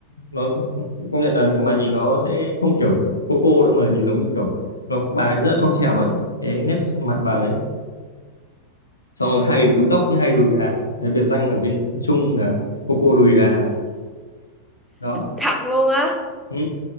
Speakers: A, on the left; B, in the centre.
A: nó <laughs> công nhận là nhưng mà nhìn nó sẽ không kiểu cô cô đâu mà là nhìn giống như kiểu nó, bà ấy rất là trong trẻo ấy cái nét mặt bà đấy xong rồi hay búi tóc như hay đùi
B: Ừ.
A: gà cái biệt danh ở bên Trung là cô cô đùi gà đó
B: thật luôn á
A: ừ.